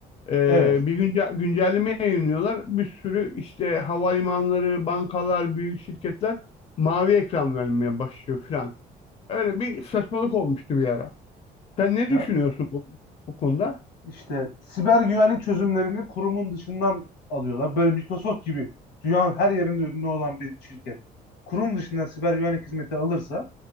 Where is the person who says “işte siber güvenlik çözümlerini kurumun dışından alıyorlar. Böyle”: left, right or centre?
Left